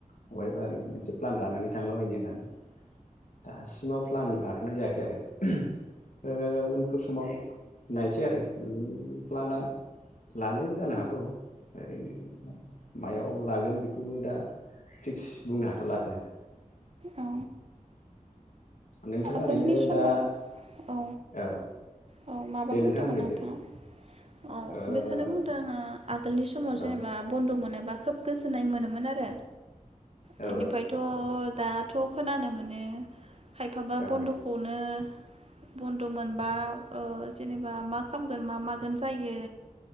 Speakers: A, on the left; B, on the right.
A: बबहायबा ओरैनो मोनसे प्लान लानानै थांलाबायनो होननानै दासिमाव प्लान लाथ'नाय जायाखै आरो। ओ उनफोर समाव नायसै आरो प्लानआ लानायबो जानो हागौ ओरैनो मायाव लागोन बेखौबो दा फिक्स बुंनो हाथ'ला आरो।
B: औ
A: नोंथाङा
B: आगोलनि
A: ओरैनो
B: समाव
A: दा
B: औ
A: औ
B: औ माबा
A: दे
B: बुंदोंमोन
A: होनग्रोदो
B: नोंथाङा औ
A: ओ
B: बेखौनो बुंदों आङो आगोलनि समाव
A: औ
B: जेनेबा बन्द' मोनोबा खोब गोजोननाय मोनोमोन आरो
A: औ
B: बेनिफ्रायथ' दाथ' खोनानो मोनो। खायफाबा
A: औ
B: बन्द'खौनो बन्द' मोनबा जेनेबा मा खालामगोन मा मागोन जायो।